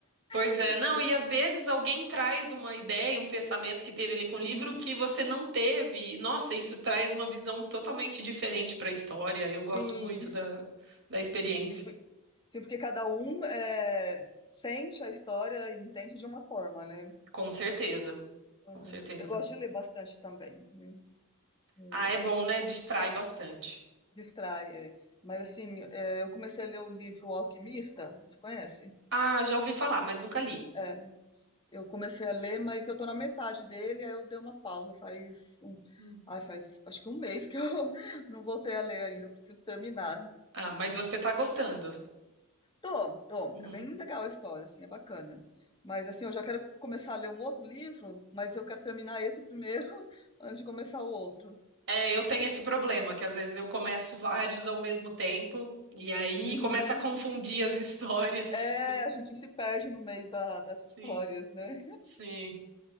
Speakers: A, on the right; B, on the left.
A: Pois
B: E
A: é, não,
B: esse-
A: e às vezes alguém traz uma ideia, um pensamento que teve ali com o
B: Uhum.
A: livro que você não teve. E, Nossa, isso traz uma visão totalmente diferente para a história.
B: Sim,
A: Eu gosto muito da, da experiência.
B: sim. Sim, porque cada um é, sente a história e entende de uma forma, né?
A: Com certeza, com
B: Aham.
A: certeza.
B: Eu gosto de ler bastante também, né? É,
A: Ah, é bom, né? Distrai bastante.
B: distrai. é. Mas assim, é, eu comecei a ler o livro O Alquimista, você conhece?
A: Ah, já ouvi falar, mas nunca li.
B: É, eu comecei a ler, mas eu tô na metade dele, aí eu dei uma pausa, faz um,
A: Hum.
B: ai, faz acho que um mês que eu <laughs> não voltei a ler ainda, eu preciso terminar.
A: Ah, mas você tá gostando.
B: Tô, tô.
A: Uhum.
B: É bem legal a história, assim, é bacana. Mas, assim, eu já quero começar a ler um outro livro, mas eu quero terminar esse primeiro <laughs> antes de começar o outro.
A: É, eu tenho esse problema, que às vezes eu começo vários ao mesmo tempo e aí
B: Uhum.
A: começa a confundir as histórias.
B: É, a gente se perde no meio da- das
A: Sim,
B: histórias, né?
A: sim.